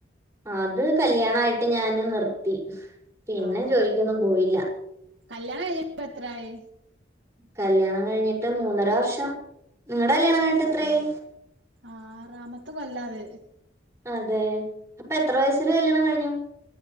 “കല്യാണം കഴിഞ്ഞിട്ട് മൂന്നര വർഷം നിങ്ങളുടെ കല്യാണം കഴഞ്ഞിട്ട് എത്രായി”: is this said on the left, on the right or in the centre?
Right